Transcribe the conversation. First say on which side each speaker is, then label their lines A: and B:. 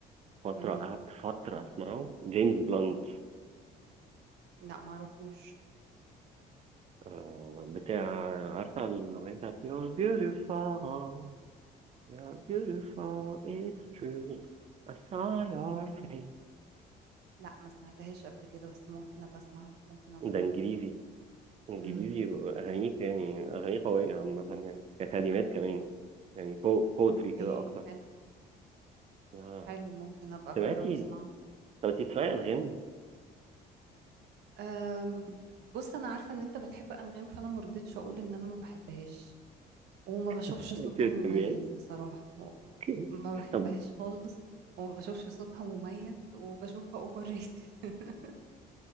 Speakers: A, on the right; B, on the right.
A: فترة
B: مم.
A: قعدت فترة اسمعه جيمس بلانت
B: لا معرفوش
A: آه، بتاع عارفة الأغنية بتاعت You're beautiful You're beautiful It's true I saw
B: مم.
A: your face
B: لا ما سمعتهاش قبل كده بس ممكن أبقى أسمع ممكن أجربه
A: ده انجليزي انجليزي
B: مم.
A: اغانيه يعني اغانيه قويه عامه يعني ككلمات كمان يعني بو بوتري
B: أوكي
A: كده اكتر
B: حلو
A: آه.
B: حلو ممكن أبقى
A: سمعتي
B: أجربه أسمعه
A: طب انت بتسمعي الغام <laughs>
B: أم، بص انا عارفه ان انت بتحب انغام فانا ما رضيتش اقول ان انا ما بحبهاش وما بشوفش
A: انت
B: صوتها
A: ما بتسمعيهاش
B: مميز بصراحه و-
A: <laughs>
B: ما بحبهاش
A: طب
B: خالص وما بشوفش صوتها مميز وبشوفها اوفر ريتد <laughs>